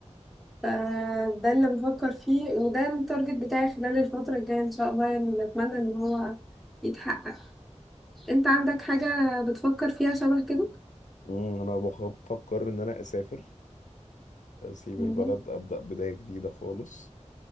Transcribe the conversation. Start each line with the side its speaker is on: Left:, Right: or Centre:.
Centre: ف- ده اللي بفكر فيه وده التارجت بتاعي خلال الفترة الجاية ان شاء الله يعني اللي اتمنى ان هو يتحقق انت عندك حاجة بتفكر فيها شبه كده
Left: أمم، أنا بخ- بفكر إن أنا أسافر أسيب
Centre: مهم.
Left: البلد أبدأ بداية جديدة خالص